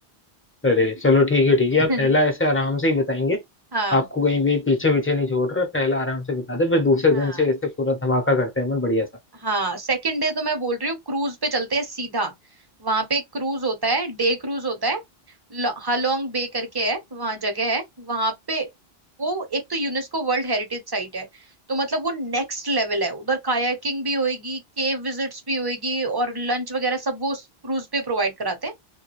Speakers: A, on the left; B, on the right.
A: अरे चलो ठीक है ठीक
B: <laughs>
A: है आप पहला ऐसे आराम से ही बताएंगे
B: हाँ
A: आपको कहीं भी पीछे पीछे नहीं छोड़ रहे पहला आराम से बता दे फिर दूसरे
B: हाँ
A: दिन से ऐसे पूरा धमाका करते हैं अपन बढ़िया सा
B: हाँ सेकंड डे तो मैं बोल रही हूँ क्रूज पे चलते हैं सीधा वहां पे एक क्रूज होता है डे क्रूज होता है ल- हालोंग बे करके है वहां जगह है वहां पे वो एक तो यूनेस्को वर्ल्ड हेरिटेज साइट है तो मतलब वो नेक्स्ट लेवल है उधर कायाकिंग भी होएगी केव विजिट्स भी होएगी और लंच वगैरह सब वो क्रूज पे प्रोवाइड कराते हैं